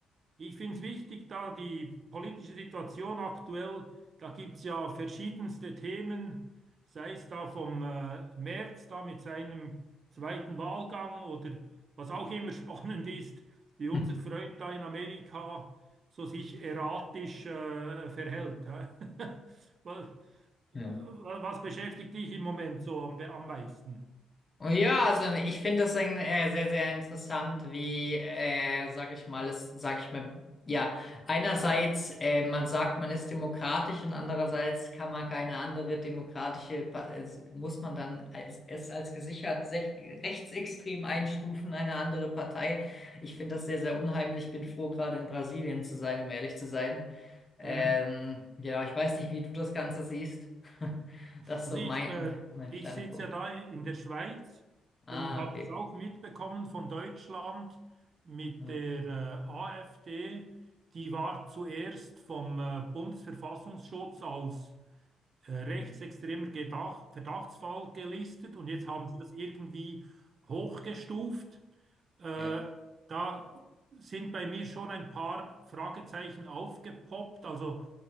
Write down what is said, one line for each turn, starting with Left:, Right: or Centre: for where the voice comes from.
Right: ich finde es wichtig, da die politische Situation aktuell, da gibt es ja verschiedenste Themen, sei es da vom äh, Merz da mit seinem zweiten Wahlgang oder was auch immer <laughs> spannend ist, wie unser
Left: Hm.
Right: Freund da in Amerika so sich erratisch äh, verhält. hä? <laughs> Weil-
Left: Ja.
Right: was beschäftigt dich im Moment so am, be- am meisten?
Left: Oh Ja, also ich finde es ein, äh, sehr, sehr interessant, wie, äh, sag ich mal, es, sag ich mal, ja, einerseits, äh, man sagt, man ist demokratisch und andererseits kann man keine andere demokratische, Pa- also muss man dann als, es als gesichert sech- rechtsextrem einstufen, eine andere Partei. Ich finde das sehr, sehr unheimlich. Ich bin froh, gerade in Brasilien zu sein, um ehrlich zu sein. Ähm,
Right: Mhm.
Left: ja, ich weiß nicht, wie du das Ganze siehst. <laughs> Das ist
Right: Also
Left: so
Right: ich,
Left: mein,
Right: äh,
Left: mein mein
Right: ich
Left: Standpunkt.
Right: sitze ja da in der Schweiz
Left: Ah,
Right: und habe
Left: okay.
Right: das auch mitbekommen von Deutschland mit
Left: Ja,
Right: der äh, AfD. Die war zuerst vom äh, Bundesverfassungsschutz als äh, rechtsextremer
Left: ja,
Right: Gedach Verdachtsfall gelistet und jetzt haben sie das irgendwie hochgestuft. Äh,
Left: ja. ja.
Right: da sind bei mir schon ein paar Fragezeichen aufgepoppt. Also